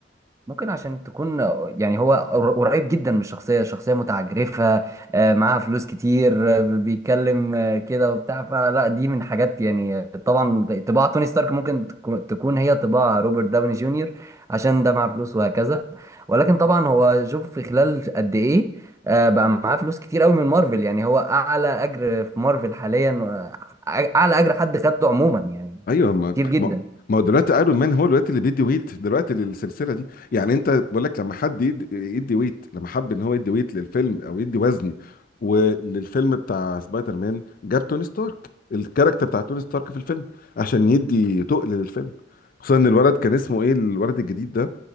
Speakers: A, on the right; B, on the left.
A: ممكن عشان تكون يعني هو قر- قريب جدا من الشخصية شخصية متعجرفة آه، معاها فلوس كتير آه، بيتكلم آه، كده وبتاع فلا دي من حاجات يعني آه، طبعا طباع توني ستارك ممكن تكو- تكون هي طباع روبرت داوني جونيور عشان ده معاه فلوس وهكذا ولكن طبعا هو شوف في خلال قد ايه آه، بقى معاه فلوس كتير قوي من مارفل يعني هو اعلى اجر في مارفل حاليا آه، اعلى اجر حد خده عموما يعني
B: ايوه ما
A: كتير جدا
B: ما ما هو دلوقتي ايرون مان هو دلوقتي اللي بيدي ويت دلوقتي للسلسله دي يعني انت بقول لك لما حد يدي, يدي ويت لما حب ان هو يدي ويت للفيلم او يدي وزن وللفيلم بتاع سبايدر مان جاب توني ستارك الكاركتر بتاع توني ستارك في الفيلم عشان يدي تقل للفيلم خصوصا ان الولد كان اسمه ايه الولد الجديد ده